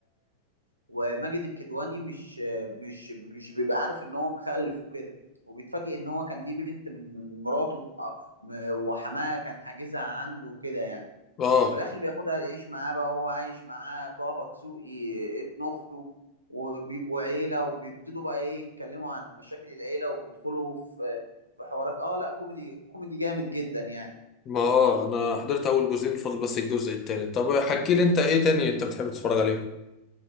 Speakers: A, on the right; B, on the left.
A: وماجد الكدواني مش مش مش بيبقى عارف ان هو مخلف وكده وبيتفاجئ ان هو كان ليه بنت من مراته وح- وحماه كان حاجزها عنده وكده يعني
B: اه
A: وفي الاخر بياخدها يعيش معاه بقى هو عايش معاه طه دسوقي ابن اخته وبيبقوا عيله وبيبتدوا بقى ايه يتكلموا عن مشاكل العيله وبيدخلوا في في حوارات اه لا كوميدي كوميدي جامد جدا يعني
B: ما اه انا حضرت اول جزئين فاضل بس الجزء التالت طب حكي لي انت ايه تاني انت بتحب تتفرج عليه